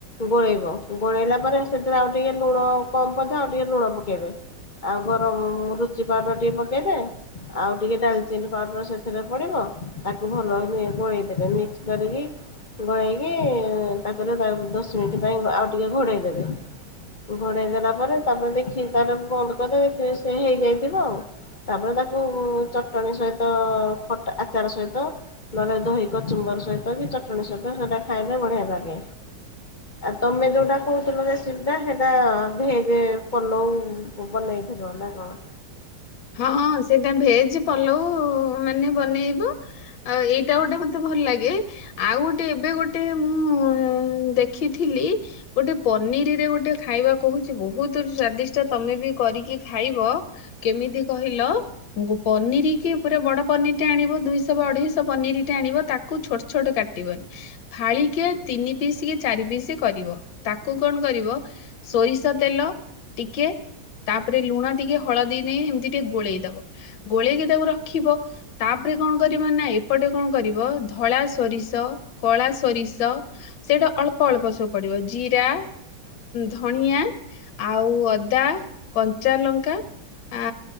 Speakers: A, on the left; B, on the left.
A: ଗୋଳେଇବ ଗୋଳେଇଲା ପରେ ସେଥିରେ ଆଉ ଟିକେ ଲୁଣ କମ ପଥା ଆଉ ଟିକେ ଲୁଣ ପକେଇବେ ଆଉ ଗରମ ରୁଚି ପାଉଡର ଟିକେ ପକେଇବେ ଆଉ ଟିକେ ଡାଲଚିନ ପାଉଡର ସେଥିରେ ପଡିବ ତାକୁ ଭଲ ଗୋଳେଇଦବେ ମିକ୍ସ କରିକି ଗୋଳେଇକି ତାପରେ ତା ଦଶ ମିନିଟ ପାଇଁ ଆଉ ଟିକେ ଘୋଡ଼େଇ ଦେବେ ଘୋଡ଼େଇ ଦେଲା ପରେ ତାପରେ ଦେଖିକି ତା ବନ୍ଦ କରିଦେ ଦେଖି ସେ ହେଇଯାଇଥିବ ଆଉ ତାପରେ ତାକୁ ଚଟଣି ସହିତ ଖଟ ଆଚାର ସହିତ ନହେଲେ ଦହି କଚୁମ୍ବର ସହିତ କି ଚ ଶୁଣି ସତ ସେଟା ଖାଇଲେ ବଢିଆ ଲାଗେ ଆଉ ତମେ ଯୋଉଟା କହୁଥିଲ ରେସିପି ଟା ସେଇଟା ଭେଜ ପଲଉ ବନେଇଥିଲ ନା କଣ
B: ହଁ ସେଇଟା ଭେଜ ପଲଉ ମାନେ ବନେଇବ ଆଉ ଏଇଟା ଗୋଟେ ମତେ ଭଲ ଲାଗେ ଆଉ ଗୋଟେ ଏବେ ଗୋଟେ ମୁଁ ଦେଖିଥିଲି ଗୋଟେ ପନିରରେ ଗୋଟେ ଖାଇବା କହୁଛି ବହୁତ ସ୍ଵାଦିଷ୍ଟ ତମେ ବି କରିକି ଖାଇବ କେମିତି କହିଲ ଗୋ ପନିରକି ପୁରା ବଡ ପନିର ଟେ ଆଣିବ ଦୁଇଶହ ବା ଅଢେଇଶହ ପନିର ଟେ ଆଣିବ ତାକୁ ଛୋଟ ଛୋଟ କାଟିବନି ଫାଳିକେ ତିନି ପିସ୍ କି ଚାରି ପିସ୍ କରିବ ତାକୁ କଣ କରିବ ସୋରିଷ ତେଲ ଟିକେ ତାପରେ ଲୁଣ ଟିକେ ହଳଦୀ ଏମିତି ଟିକେ ଗୋଳେଇ ଦବ ଗୋଳେଇକି ତାକୁ ରଖିବ ତାପରେ କଣ କରିବ ନା ଏପଟେ କଣ କରିବ ଧଳା ସୋରିଷ କଳା ସୋରିଷ ସେଇଟା ଅଳ୍ପ ଅଳ୍ପ ସବୁ ପଡିବ ଜିରା ଧଣିଆ ଆଉ ଅଦା କଞ୍ଚା ଲଙ୍କା ଆ